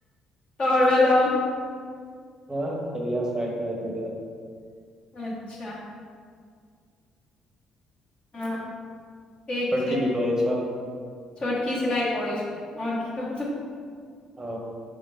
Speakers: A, on the left; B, on the right.
A: तोहर भेलौ
B: हँ खलिया फ्राइड रास वगैरह
A: अच्छा हँ ठीक
B: छोटकी
A: छै
B: की करै छौ
A: छोटकी सिलाइ करै छौ और की करतौ
B: ओ